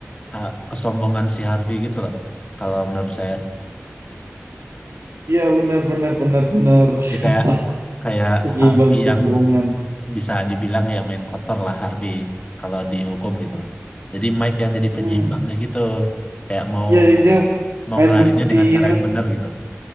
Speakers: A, on the left; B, on the right.
A: ha- kesombongan si Harvey gitu loh. Kalau menurut saya.
B: iya benar benar benar benar
A: Jadi
B: <laughs>
A: kayak kayak
B: penyeimbang
A: Harvey
B: kesombongan
A: yang bisa dibilang ya main kotor lah Harvey kalau dihukum gitu loh. Jadi Mike yang jadi
B: hmm.
A: penyeimbangnya gitu. Kayak mau
B: iya yang dia
A: mau
B: main
A: ngelarinya
B: bersih
A: dengan cara
B: terus
A: yang benar gitu.